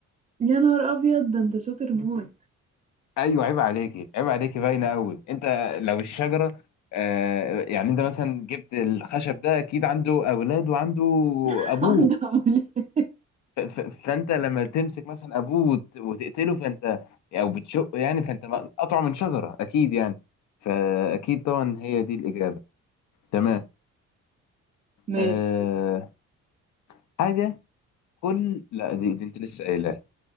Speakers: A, on the right; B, on the left.
A: يا نهار أبيض ده أنت شاطر موت
B: أيوة عيب عليكي عيب عليكي باينة قوي أنت لو الشجرة آه، يعني أنت مثلا جبت الخشب ده أكيد عنده أولاد وعنده
A: <laughs>
B: أبوه
A: عندها أولاد
B: ف- ف- فأنت لما تمسك مثلا أبوه وت- وتقتله فأنت أو بتشقه يعني فأنت مقطوع من شجرة أكيد يعني فأكيد طبعا هي دي الإجابة تمام
A: ماشي
B: أه حاجة كل لا دي, دي انت لسه قايلها